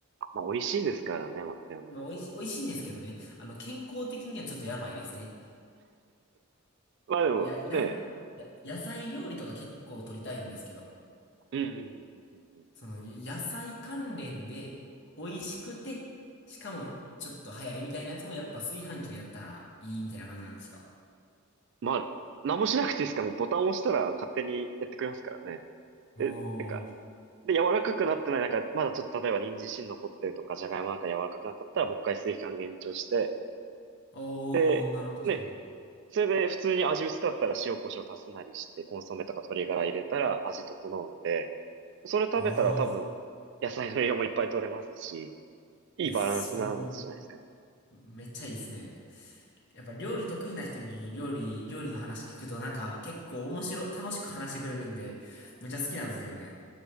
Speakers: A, on the right; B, on the left.
A: まあ美味しいですからね、松山。
B: まあ、美味し、美味しいんですけどね。あの、健康的にはちょっとやばいですね。
A: まあでもね、
B: や、や、や、野菜料理とか結構取りたいんですけど、
A: うんうんうんうんうんうん。
B: その、野菜関連で、美味しくて、しかもちょっと早いみたいなやつもやっぱ炊飯器でやったらいいみたいな感じなんですか
A: まあ、何もしなくていいですから、もうボタンを押したら勝手にやってくれますからね。
B: おー、
A: で、なんか、で、柔らかくなってない、なんか、まだちょっと例えば人参芯残ってるとか、じゃがいもなんか柔らかくなかったら、もう一回炊飯延長して、
B: おー、
A: で、
B: なる、確かに。
A: ね、それで普通に味薄かったら塩コショウ足すなりして、コンソメとか鶏ガラ入れたら味整うんで、それ食べたら多分、
B: ああ、
A: 野菜の栄養もいっぱい取れますし、いいバランスなんじゃないですかね。
B: いや、それはめっちゃいいですね。やっぱ料理得意な人に料理、料理の話聞くとなんか結構面白い、楽しく話してくれるんで、めっちゃ好きなんですよね。